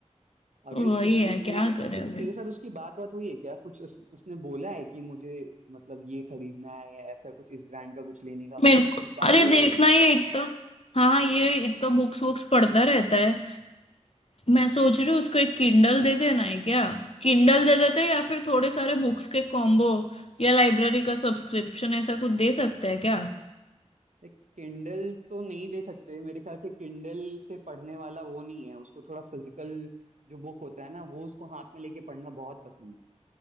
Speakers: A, on the right; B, on the left.
A: अगर
B: तो वही
A: उसने
B: है
A: कोई
B: क्या करें
A: ते,
B: अभी
A: तेरे साथ उसकी बात बात हुई है क्या कुछ उस, उसने बोला है कि मुझे मतलब ये खरीदना है या ऐसा कुछ इस ब्रांड का कुछ लेने का
B: मेरे को
A: कुछ बात
B: अरे
A: हुई है
B: देखना
A: तेरी
B: ये इतना हाँ ये इतना बुक्स वुक्स पढ़ता रहता है मैं सोच रही हूँ उसको एक किंडल दे देना है क्या किंडल दे देते हैं या फिर थोड़े सारे बुक्स के कॉम्बो या लाइब्रेरी का सब्सक्रिप्शन ऐसा कुछ दे सकता है क्या
A: किंडल तो नहीं दे सकते मेरे ख्याल से किंडल से पढ़ने वाला वो नहीं है उसको थोड़ा फिजिकल जो बुक होता है ना वो उसको हाथ में लेके पढ़ना बहुत पसंद है